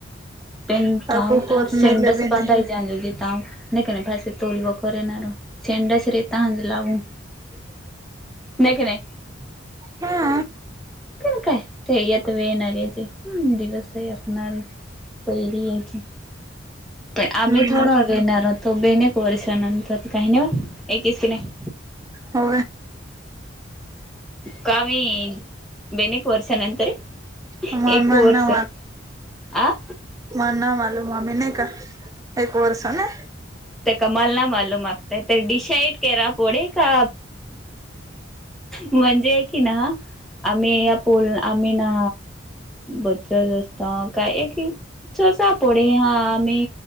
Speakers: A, in the centre; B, on the right.
A: पणता
B: आपको
A: तर
B: कोत
A: सिंडस
B: मिले भी
A: बधय
B: नाही
A: जालो जी त नाही का नाही पा तोल बखोर येणार ेंडाच रेता हज लावून नाही के नाही
B: हा
A: केन काय कात वे येणार याचे दिवस असणार पहिरी याची पण आम्ही
B: हम्म
A: थोडा व येेणार आतो बेनेक वर्षानंतर काही नाही वा एकीच की नाही
B: हो
A: कावी बेनेक वर्ष नंतर
B: मम्माना
A: एक वर्ष आं
B: म ना मालूम म ममी नाही का एक वर्ष न
A: ते कमालला मालू मागतय ते डिसाईड करा पुढे का म्हणजे कि ना आम्ही या पोल आम्ही ना बरच जास्त काय एक चर्चा पोडे हामी